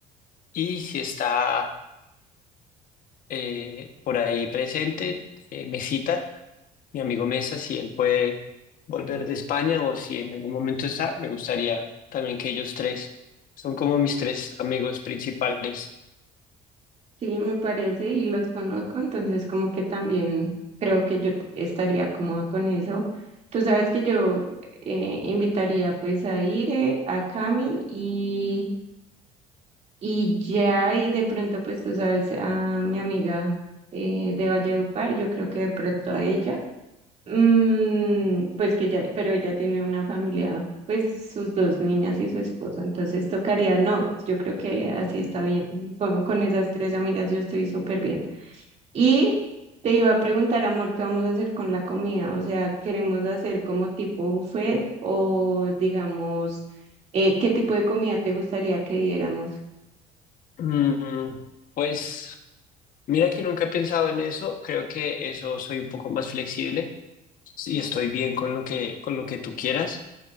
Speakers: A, on the left; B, on the right.
A: y si está... eh, por ahí presente, eh, Mesita, mi amigo Mesa, si él puede volver de España o si en algún momento está, me gustaría también que ellos tres son como mis tres amigos principales.
B: Sí, me parece y los conozco, entonces como que también creo que yo t- estaría cómoda con eso. Tú sabes que yo eh, invitaría pues a Ire, a Cami y, y ya y de pronto pues tú sabes a mi amiga eh, de Valledupar, yo creo que de pronto a ella, Mm, pues que ya, pero ella tiene una familia, pues sus dos niñas y su esposo, entonces tocaría, no, yo creo que así está bien, con, con esas tres amigas yo estoy súper bien. Y te iba a preguntar, amor, ¿qué vamos a hacer con la comida? O sea, ¿queremos hacer como tipo buffet o digamos, eh, qué tipo de comida te gustaría que diéramos?
A: Mm, pues mira que nunca he pensado en eso, creo que eso soy un poco más flexible y estoy bien con lo que, con lo que tú quieras.